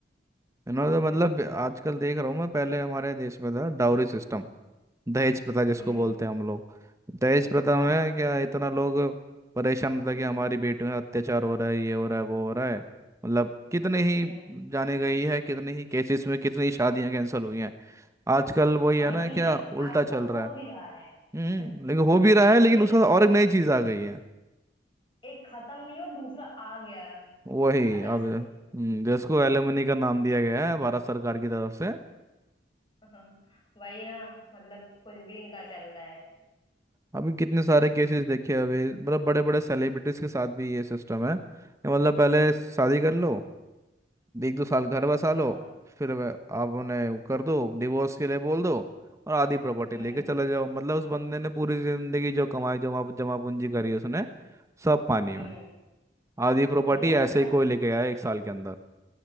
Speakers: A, on the right; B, on the left.
A: इन्होंने
B: हम्म
A: तो मतलब आजकल देख रहा हूँ मैं पहले हमारे देश में था डाउरी सिस्टम दहेज प्रथा जिसको
B: हम्म
A: बोलते हैं हम लोग दहेज प्रथा
B: हाँ
A: में क्या इतना लोग परेशान होता है कि हमारी बेटियों में अत्याचार हो रहा है ये हो रहा है वो हो रहा है मतलब कितने
B: हम्म
A: ही जाने गई है कितने ही केसेस में कितनी ही शादियां कैंसिल हुई हैं आजकल वही
B: और
A: है
B: अभी
A: ना क्या
B: भी
A: उल्टा
B: आज
A: चल
B: तक
A: रहा
B: हो
A: है
B: भी रहा है
A: हम्म
B: <laughs>
A: लेकिन हो भी रहा है लेकिन
B: एक
A: उसके साथ और एक नई चीज आ गई है
B: एक खत्म नहीं हो दूसरा आ गया
A: वही
B: अलग
A: अब
B: से
A: हम्म, जिसको एलिमनी का नाम दिया गया है भारत सरकार की तरफ से
B: <laughs> वही ना मतलब कुछ भी इनका चल रहा है
A: अभी कितने सारे केसेस देखे अभी मतलब बड़े बड़े सेलिब्रिटीज के साथ भी ये सिस्टम है कि मतलब पहले
B: हम्म
A: शादी कर लो एक दो साल घर बसा लो
B: हाँ
A: फिर वह- आप उन्हें वो कर दो डिवोर्स के लिए बोल दो और आधी प्रॉपर्टी
B: हम्म
A: लेके चले जाओ मतलब उस बंदे ने पूरी जिंदगी जो कमाई जमा जमा पूंजी करी उसने सब पानी
B: हम्म
A: में आधी प्रॉपर्टी
B: ये यार
A: ऐसे
B: ना
A: ही कोई लेके आया एक साल के अंदर